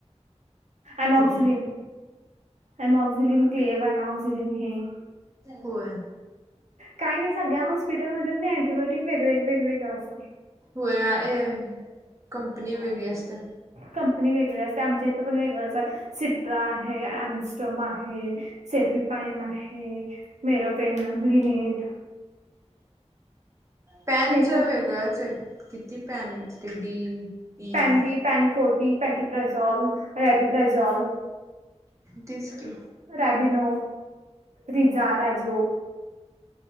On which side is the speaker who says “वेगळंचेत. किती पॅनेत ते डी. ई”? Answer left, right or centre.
Right